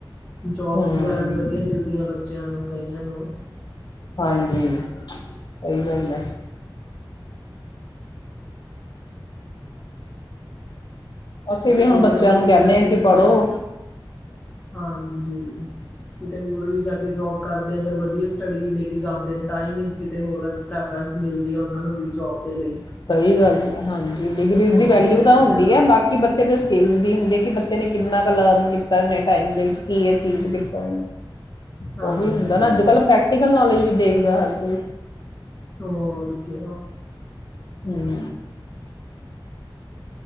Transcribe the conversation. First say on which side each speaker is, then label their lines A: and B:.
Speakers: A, on the left; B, on the left.
A: ਜੋਬਸ
B: ਹੂੰ
A: ਵਗੈਰਾ ਵੀ ਵਧੀਆ ਮਿਲਦੀਆਂ ਬ ਚਲੋ। ਕਈਆਂ ਨੂੰ
B: ਹਾਂਜੀ ਸਹੀ ਗੱਲ ਹੈ। ਅਸੀਂ
A: ਕਿਤੇ
B: ਵੀ ਹੁਣ
A: ਹੋਰ
B: ਬੱਚਿਆਂ
A: ਵੀ
B: ਨੂੰ ਕਹਿੰਦੇ
A: ਜਾ ਕੇ
B: ਹਾਂ ਕਿ
A: ਅਗਰ
B: ਪੜ੍ਹੋ
A: ਹਾਂਜੀ। ਕਿਤੇ ਹੋ ਹੋਰ ਵੀ ਜਾ ਕੇ ਜੋਬ ਕਰਦੇ ਆ ਅਗਰ ਵਧੀਆ ਸਟੱਡੀ ਲੈ ਕੇ ਜਾਂਦੇ ਨੇ ਤਾਂ ਹੀ ਮੀਨ ਕਿਤੇ ਹੋਰ ਫਰਾਂਸ ਮਿਲਦੀ ਹੈ ਉਨ੍ਹਾਂ ਨੂੰ ਵੀ ਜੋਬ ਦੇ ਲਈ
B: ਸਹੀ ਗੱਲ ਹੈ ਹਾਂਜੀ ਡਿਗਰੀਜ਼
A: ਹੋਰ
B: ਦੀ ਵੈਲਿਊ ਤਾਂ
A: ਕਿਆ
B: ਹੁੰਦੀ ਹੈ ਬਾਕੀ ਬੱਚੇ ਦੇ ਸਕਿੱਲ ਹੁੰਦੀ ਹੈ ਕਿ ਬੱਚੇ ਨੇ ਕਿੰਨਾ ਕੁ ਲਰਨ ਕੀਤਾ ਇਨੇ ਟਾਈਮ ਦੇ ਵਿੱਚ ਕੀ ਅ ਚੀਜ਼ ਕੀਤਾ ਉਹਨੇ
A: ਹਾਂਜੀ,
B: ਉਹ ਵੀ ਹੁੰਦਾ ਨਾ ਅੱਜ ਕੱਲ੍ਹ ਪ੍ਰੈਕਟੀਕਲ ਨੌਲੇਜ ਵੀ ਦੇਖਦਾ ਹਰ ਕੋਈ
A: ਹੋ ਕਿ
B: ਹਮ